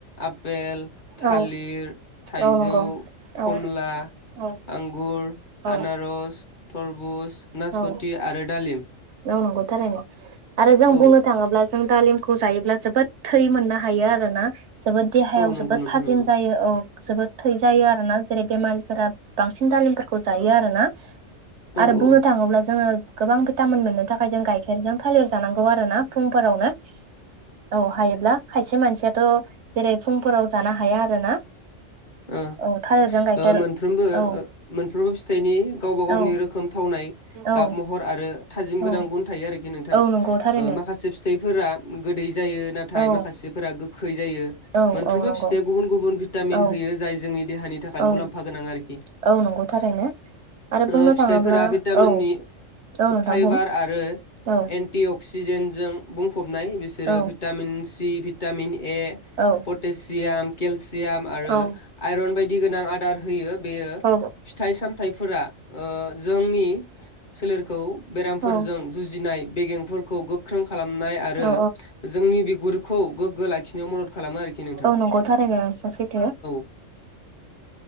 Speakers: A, on the left (about 40°); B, on the right (about 65°).
A: आ पेल, थालिर,
B: औ
A: थाइजौ,
B: औ नंगौ
A: खमला,
B: औ औ
A: आंगुर,
B: औ
A: आनारस, थरबुज, नासपति,
B: औ
A: आरो दालिम।
B: औ नंगौ थारैनो आरो जों
A: औ
B: बुंनो थाङोब्ला जों दालिमखौ जायोब्ला जोबोद थै मोननो हायो आरो ना। जोबोद देहायाव
A: औ नंगौ
B: जोबोद
A: नोंथां
B: थाजिम
A: नंगौ
B: जायो औ। जोबोद थै जायो आरो ना जेरै बेमारिफोरा बांसिन दालिमफोरखौ जायो आरो ना।
A: औ
B: आरो बुंनो
A: औ
B: थाङोब्ला जोङो गोबां भिटामिन मोननो थाखाय जों गाइखेरजों थालिर जानांगौ आरो ना फुं फोरावनो औ हायोब्ला खायसे मानसिया थ' जेरै फुंफोराव जानो हाया आरोना।
A: ओं।
B: औ थालिरजों गाइखेर
A: ओ मोनफ्रोमबो
B: औ
A: ओ मोनफ्रोमबो फिथाइनि गावबा गावनि
B: औ
A: रोखोम थावनाय गाब
B: औ
A: महर आरो थाजिम गोनां
B: औ
A: गुन थायो आरोखि नोंथां
B: औ नंगौ थारैनो
A: माखासे ओ फिथाइफोरा गोैदै जायो नाथाय
B: औ
A: माखासेफोरा गोखै जायो
B: औ
A: मोनफ्रोमबो
B: औ नंगौ
A: फिथाइया गुबुन गुबुन भिटामिन
B: औ
A: होयो जाय जोंनि देहानि थाखाय
B: औ
A: मुलाम्फा गोनां आरोखि
B: औ नंगौ थारैनो आरो बुंनो
A: ओ फिथाइफोरा
B: थाङोब्ला
A: भिटामिननि
B: औ औ नोंथां
A: फाइबार
B: बुं
A: आरो
B: औ
A: एन्टिअक्सिजेन्ट जों बुंफबनाय बिसोरो
B: औ
A: भिटामिन सि, भिटामिन ए
B: औ
A: पटेसियाम केलसियाम आरो
B: औ
A: आइरन बायदि गोनां आदार होयो बेयो
B: औ
A: फिथाइ सामथाइफो फोरा ओ जोंनि सोलेरखौ बेरामफोरजों
B: औ
A: जुजिनाय बेगेंफोरखौ गोख्रों खालामनाय आरो
B: औ
A: जोंनि बि गुरखौ गोग्गो लाखिनायाव मदद खालामो आरोखि नोंथां।
B: औ नंगौ थारैनो सैथो
A: <inaudible>